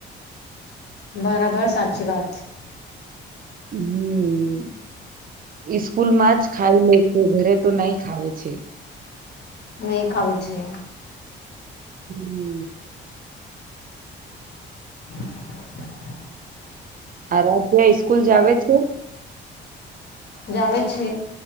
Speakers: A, on the left; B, on the right.
A: બરાબર સાચી વાત.
B: હમ. સ્કૂલ માં જ ખાઈ લે છે ઘરે તો નહી ખાવે છે.
A: નહી ખાવે છે.
B: હમ.
A: <inaudible>
B: હ રાધ્યાઇ સ્કૂલ જ આવે છે?
A: જાવ છે,